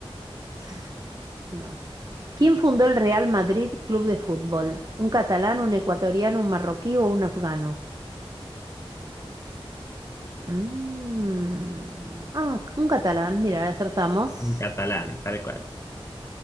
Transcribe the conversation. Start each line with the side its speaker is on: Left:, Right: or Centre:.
Right: <laughs> No sé. ¿Quién fundó el Real Madrid Club de Fútbol? ¿Un catalán, un ecuatoriano, un marroquí o un afgano? Mm. Ah, un catalán, mira, acertamos.
Left: En catalán, tal cual.